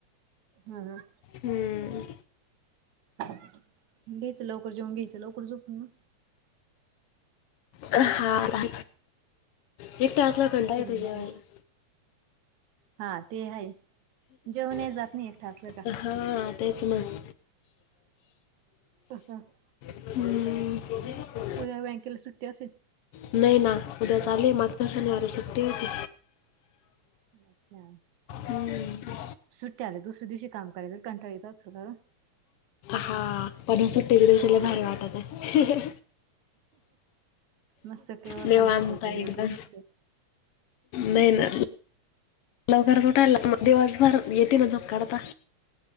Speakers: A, on the right (about 80°); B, on the left (about 65°).
A: हम् हम!
B: हम्म.
A: घ्यायचं लवकर जेऊन घ्यायचं लवकर झोपून मग
B: हा एकटा असल्याव कंटाळा
A: हम्म
B: येतोय जेवायला.
A: काय हा ते आहे जेवणही जात
B: <unintelligible>
A: नाही एकटा असलं का
B: हा तेच मग!
A: <unintelligible>
B: हम्म!
A: उद्या बँकेला सुट्टी असेल?
B: नाही ना उद्या चालु आहे ना मागच्या शनिवार सुट्टी होती.
A: अच्छा
B: हम्म.
A: सुट्टी आल्याव दुसऱ्या दिवशी काम करायच कंटाळा येत असल का गं?
B: हा पण सुट्टीच्या दिवशी लय भारी वाटत आहे.
A: मस्त केवर
B: निवांत
A: पण झोपायचं
B: हाय
A: लेट
B: एकदम.
A: उठायचं
B: नाय येणार. लवकरच उठायला दिवसभर येेते ना जप काढता.